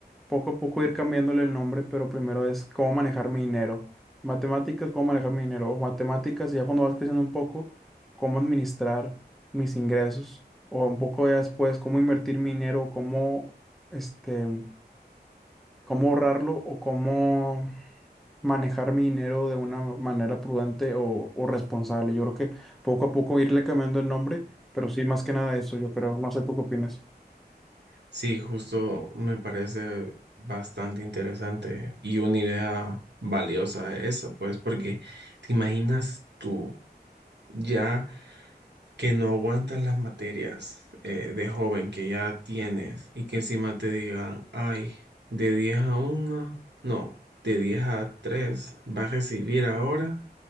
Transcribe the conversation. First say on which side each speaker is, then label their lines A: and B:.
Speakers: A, in the centre; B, on the right.
A: poco a poco ir cambiándole el nombre, pero primero es cómo manejar mi dinero, matemáticas, cómo manejar mi dinero, o matemáticas, y ya cuando vas creciendo un poco, cómo administrar mis ingresos, o un poco ya después, cómo invertir mi dinero, cómo, este cómo ahorrarlo o cómo manejar mi dinero de una manera prudente o, o responsable. Yo creo que poco a poco irle cambiando el nombre, pero sí, más que nada eso, yo creo. No sé tú qué opinas.
B: Sí, justo me parece bastante interesante y una idea valiosa esa, pues, porque te imaginas tú ya que no aguantas las materias eh, de joven que ya tienes y que encima te digan, ay, de 10 a 1, no, de 10 a 3, vas a recibir ahora